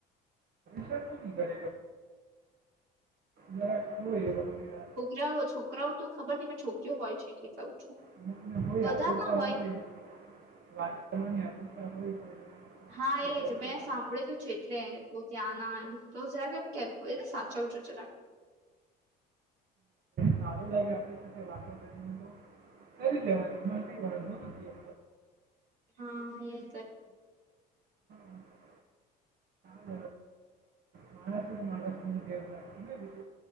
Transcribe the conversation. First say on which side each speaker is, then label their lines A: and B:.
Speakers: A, on the right; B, on the right.
A: સર તો કર જરા ખ એ
B: રા છોકરાઓ તો ખબર ન પણ છોકરીઓ હોય છે કે કઉ છું
A: અમુકને
B: બધા
A: આતુરતા
B: ના
A: હોય વાત કરવાની આતુરતા હોય ઠીક
B: હા
A: છે
B: એજ
A: કરી
B: મેં
A: લેવાનું
B: સાંભળેલું છે એટલે તો ત્યાં ના એમ તો જરાકમ કેમ એને સાચવું છું જરાક
A: સારું લાગે આપ સાથે વાતો કરીને તો તરી લવારી માં કઈ વાર નો નથી હતી
B: હા એ
A: એ
B: હમ
A: <inaudible> ચ માણસ જ માણસ છે બીજવ